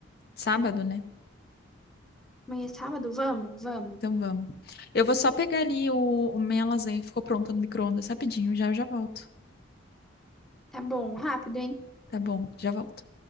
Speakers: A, on the left; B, in the centre.
A: sábado, né?
B: Amanhã é sábado? Vamos, vamos.
A: Então vamos. Eu vou só pegar ali o, o minha lasanha que ficou pronta no micro-ondas rapidinho, já eu já volto.
B: Tá bom, rápido, hein?
A: Tá bom, já volto.